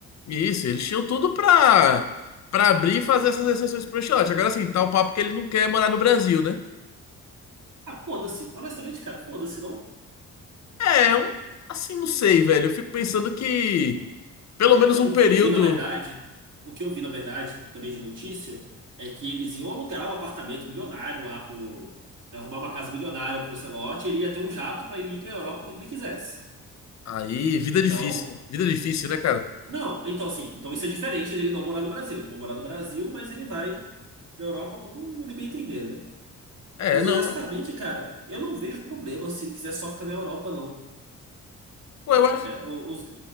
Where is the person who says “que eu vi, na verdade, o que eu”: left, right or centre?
Right